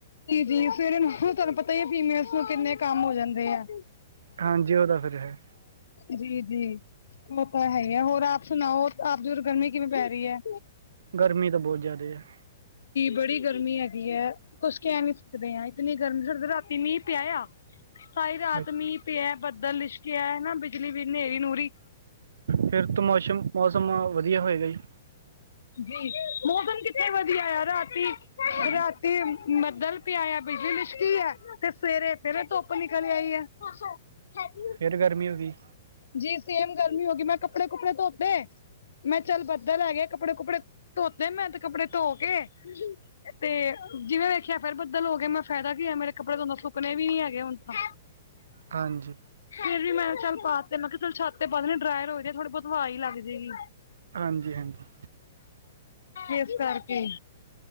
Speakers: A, on the left (about 75°); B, on the right (about 80°).
A: ਫਵੇ ਹੁਣ ਤੁਹਾਨੂੰ ਪਤਾ ਹੀ ਫੀਮੇਲਸ ਨੂੰ ਕਿੰਨੇ ਕੰਮ ਹੋ ਜਾਂਦੇ ਆ
B: ਹਾਂਜੀ ਉਹ ਤਾਂ ਫਿਰ ਹੈ
A: ਜੀ-ਜੀ ਉਹ ਤਾਂ ਹੈ ਹੀ ਹੈ ਹੋਰ ਆਪ ਸੁਣਾਓ ਆਪਦੀ ਉੱਧਰ ਗਰਮੀ ਕਿਵੇਂ ਪੈ ਰਹੀ ਹੈ
B: ਗਰਮੀ ਤਾਂ ਬਹੁਤ ਜ਼ਿਆਦਾ ਹੈ
A: ਬੜੀ ਗਰਮੀ ਹੈਗੀ ਹੈ ਕੁਝ ਕਹਿ ਨੀ ਸਕਦੇ ਆਂ ਇਤਨੀ ਗਰਮੀ ਡ ਰਾਤੀ ਮੀਂਹ ਪਿਆ ਸਾਈ ਰਾਤ
B: ਅੱਛਾ
A: ਮੀਂਹ ਪਿਆ ਬੱਦਲ ਲਿਸ਼ਕਿਆ ਨਾ ਬਿਜਲੀ ਬ ਹਨੇਰੀ ਨੂਹਰੀ
B: ਫਿਰ ਤ ਮੌਸਮ-ਮੌਸਮ ਵਧੀਆ ਹੋਏਗਾ ਜੀ
A: ਜੀ ਮੌਸਮ ਕਿੱਥੇ ਵਧੀਆ ਆ ਰਾਤ
B: ਹਾਂ <inaudible>
A: ਰਾਤੀ ਬੱਦਲ ਪਿਆ ਬਿਜਲੀ ਲਿਸ਼ਕੀ ਹੈ ਤੇ ਸਵੇਰੇ ਫੇਰੇ ਧੁੱਪ ਨਿਕਲ ਆਈ ਹੈ। ਅੱਛਾ ਖ
B: ਫਿਰ ਗਰਮੀ ਹੋ ਗਈ
A: ਜੀ ਸੇਮ ਗਰਮੀ ਹੋ ਗਈ ਮੈਂ ਕੱਪੜੇ ਕੁਪੜੇ ਧੋਤੇ ਮੈਂ ਚੱਲ ਬੱਦਲ ਹੈਗੇ ਕੱਪੜੇ ਕੁੱਪੜੇ ਧੋਤੇ ਮੈਂ ਤੇ ਕੱਪੜੇ ਧੋ ਕੇ ਤੇ ਜਿਵੇਂ ਵੇਖਿਆ ਫੇਰ ਬੱਦਲ ਹੋ ਗਏ ਮੈਂ ਫਾਇਦਾ ਕੀ ਹੈ ਮੇਰੇ ਕੱਪੜੇ ਸੁੱਕਣੇ ਵੀ ਨੀ ਹੈਗੇ ਹੁਣ ਤਾਂ
B: ਹਾਂਜੀ।
A: ਫੇਰ ਵੀ ਮੈਂ ਚ ਪਾ ਤੇ ਮੈਂ ਕਿਹਾ ਚੱਲ ਛੱਤ ਤੇ ਡਰਾਰ ਹੋ ਜਾ ਆ ਥੋੜੀ ਬਹੁਤ ਹਵਾ ਹੀ ਲੱਗ ਜਾਏਗੀ।
B: ਹਾਂਜੀ ਹਾਂਜੀ।
A: ਇਸ ਕਰਕੇ